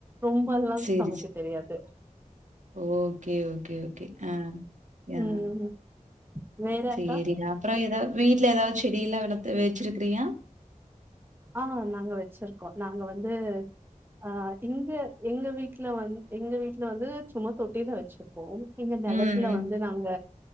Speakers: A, on the right; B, on the right.
A: ரொம்பல்லா
B: சரி,
A: சமைக்க
B: சரி.
A: தெரியாது
B: ஓகே ஓகே ஓகே ஆ ஆ
A: ம் வேற
B: செரிங்க
A: அக்கா
B: அப்பறோ ஏதா வீட்ல ஏதாது செடில்லா வளத்து வச்சிருக்றீயா
A: ஆ நாங்க வச்ருக்கோ நாங்க வந்து ஆ இங்க எங்க வீட்ல வந்து எங்க வீட்ல வந்து சும்மா தொட்டி தா வச்சிருப்போ எங்க நெலத்துல
B: ம் ம்
A: வந்து நாங்க